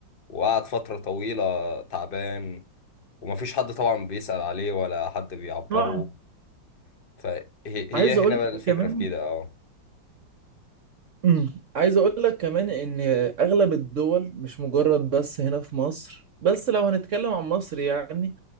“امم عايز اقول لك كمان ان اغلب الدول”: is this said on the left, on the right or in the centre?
Right